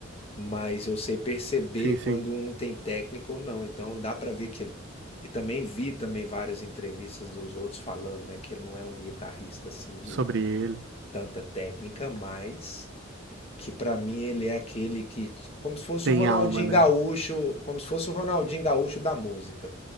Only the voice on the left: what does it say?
mas eu sei perceber
quando
um tem técnica ou não. Então dá para ver que ele. E também vi também várias entrevistas dos outros falando, né, que ele não é um guitarrista assim de
tanta técnica, mas que para mim ele é aquele que como se fosse
o Ronaldinho
Gaúcho, como se fosse o Ronaldinho Gaúcho da música.